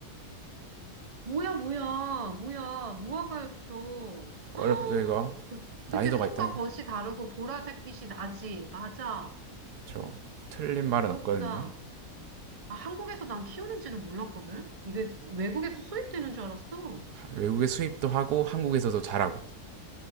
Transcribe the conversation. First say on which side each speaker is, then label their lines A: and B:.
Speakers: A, on the right; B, on the right.
A: 뭐야, 뭐야, 뭐야, 무화과였어.
B: 어렵죠 이거.
A: 그,
B: 난이도가
A: 그치, 속과
B: 있다.
A: 겉이 다르고 보라색 빛이 나지. 맞아.
B: 저 틀린 말은
A: 그렇구나.
B: 없거든요.
A: 아, 한국에서 난 키우는지는 몰랐거든? 이게 외국에서 수입되는 줄 알았어.
B: 외국에 수입도 하고 한국에서도 잘하고.